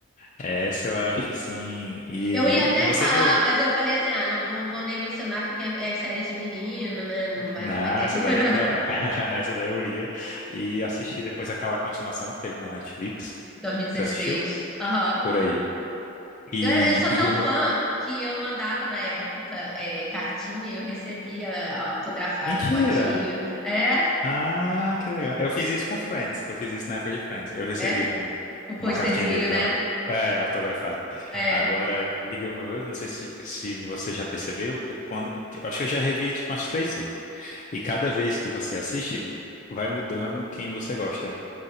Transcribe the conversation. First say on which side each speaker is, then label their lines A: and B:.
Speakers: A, on the left; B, in the centre.
A: essa eu acho assim. E,
B: Eu ia até
A: e você
B: falar,
A: viu?
B: mas eu falei assim: ah, não vou, vou nem mencionar porque é, é série de menino, né? Não vai,
A: Não,
B: não vai ter.
A: essa
B: vi-
A: daí
B: <laughs>
A: eu adorava. <laughs> Essa daí eu via. E assisti depois aquela continuação que teve na Netflix.
B: 2016.
A: Você assistiu?
B: Aham.
A: Por aí. E,
B: Eu, era- eu sou
A: e
B: tão
A: Gilmore...
B: fã que eu mandava na época é, cartinha e eu recebia autografada,
A: Mentira!
B: fotinho. É,
A: Ah, que legal. Eu fiz isso com Friends. Eu fiz isso na época de Friends. Eu recebi
B: é,
A: um,
B: um posterzinho,
A: uma cartinha deles,
B: né?
A: au- é, autografada.
B: É.
A: Agora, Big Little Girls, não sei se, se você já percebeu que quando. Acho que eu já revi tipo umas três vezes. E cada vez que você assiste, vai mudando quem você gosta.